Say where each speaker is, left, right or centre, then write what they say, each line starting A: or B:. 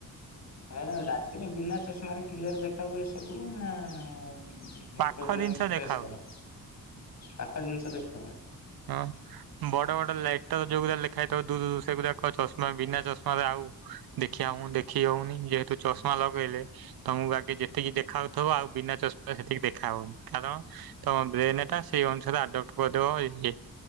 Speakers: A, on the left; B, on the right.
A: ହେରା ରାତିରେ ବିନା ଚଷମାରେ କ୍ଲିୟର ଦେଖା ହୁଏ ସବୁ ନା ପ୍ରୋଇବେଲମ
B: ପାଖ ଜିନିଷ ଦେଖା
A: ଫେସ
B: ହଉନି।
A: କର, ପାଖ ଜିନିଷ ଦେଖ।
B: ହଁ ବଡ ବଡ ଲେଟର ଯୋଉରା ଲେଖାହେଇଥିବ ଦୂରରୁ ସେଗୋଡ କଣ ଚସମା ବିନା ଚଷମାାରେ ଆଉ ଦେଖିବା ହଉ ଦେଖି ହଉନି ଯେହେତୁ ଚଷମା ଲଗେଇଲେ ତମକୁ ଆଗେ ଯେତିକି ଦେଖାଉଥିବ ଆଉ ବିନା ଚ ସେଠିକି ଦେଖା ହଉନି କାରଣ ତମ ବ୍ରେନ ଟା ସେଇ ଅନୁସାରେ ଆଡପ୍ଟ କରିଦବ।